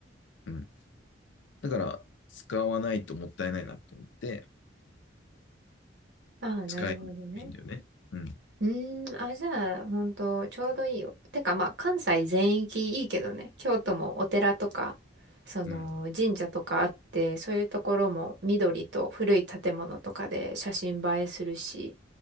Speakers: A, on the left; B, on the right.
A: うん。だから、使わないともったいないなと思って、
B: ああ、なるほどね。
A: 使いたいんだよね。うん。
B: うーん、あ、じゃあ、ほんと、ちょうどいいよ。てか、まあ、関西全域いいけどね。京都もお寺とか、その、
A: うん。
B: 神社とかあって、そういうところも緑と古い建物とかで写真映えするし、